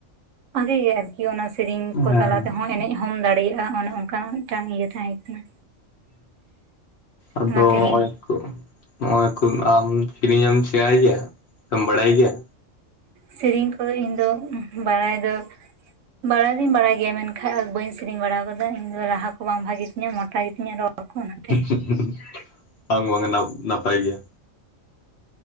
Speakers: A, on the right (about 75°); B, on the left (about 60°).
A: ᱵᱷᱟᱜᱮ ᱜᱮ ᱟᱨᱠᱤ ᱚᱱᱟ ᱥᱮᱨᱮᱧ ᱠᱚ
B: ᱦᱮᱸ
A: ᱛᱟᱞᱟ ᱛᱮᱦᱚ ᱮᱱᱮᱡ ᱦᱚᱸᱢ ᱫᱟᱲᱮᱭᱟᱜ-ᱟ᱾ ᱚᱱᱮ ᱚᱱᱠᱟᱱᱟᱜ ᱢᱤᱫᱴᱟᱝ ᱤᱭᱟᱹ ᱛᱟᱦᱮ ᱠᱟᱱᱟ
B: ᱟᱫᱚ
A: ᱚᱱᱟ ᱛᱮᱦᱮᱧ
B: ᱚᱜ-ᱚᱭ ᱱᱚᱜ-ᱚᱭ ᱠᱚ ᱟᱢ ᱠᱤᱨᱤᱧᱟᱢ ᱥᱮᱬᱟᱭ ᱜᱮᱭᱟ ᱥᱮᱢ ᱵᱟᱲᱟᱭ ᱜᱮᱭᱟ
A: ᱥᱮᱨᱤᱧ ᱠᱚᱫᱚ ᱤᱧ ᱫᱚ ᱵᱟᱲᱟᱭ ᱫᱚ ᱵᱟᱲᱟᱭ ᱫᱚᱧ ᱵᱟᱲᱟᱭ ᱜᱮᱭᱟ ᱢᱮᱱᱠᱷᱟᱱ ᱵᱟᱠᱷᱟᱡ ᱵᱟᱹᱧ ᱥᱮᱨᱮᱧ ᱵᱟᱲᱟ ᱟᱠᱟᱫᱟ, ᱤᱧ ᱫᱚ ᱨᱟᱦᱟ ᱠᱚ ᱵᱟᱝ ᱵᱷᱟᱜᱮ ᱛᱤᱧᱟᱹ ᱢᱚᱴᱟ ᱜᱮᱛᱤᱧᱟ ᱨᱚᱲ ᱠᱚ ᱚᱱᱟᱛᱮ
B: <unintelligible> ᱵᱟᱝ <unintelligible> ᱱᱟᱯᱟᱭ ᱜᱮᱭᱟ᱾